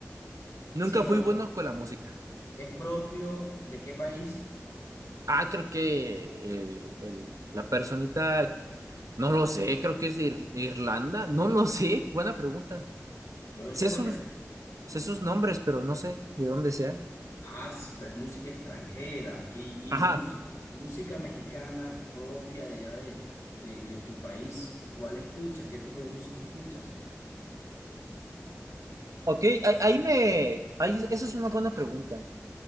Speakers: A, on the right (about 80°); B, on the left (about 70°).
A: Nunca
B: Sí, pero
A: fui bueno con la música.
B: ¿es propio de qué país?
A: Ah, creo que el- el- la personita, no lo sé, creo que es de Ir- de Irlanda, no lo sé, buena pregunta.
B: Yo no
A: Sé
B: sé porque...
A: sus, sé sus nombres, pero no sé de dónde sea.
B: Ah, sí, pero es música extranjera y,
A: Ajá,
B: y mus- música mexicana propia de, allá de, de, de tu país. ¿Cuál escuchas? ¿Qué tipo de música escuchas?
A: Ok, ahí, ahí me. Ahí, eso es una buena pregunta.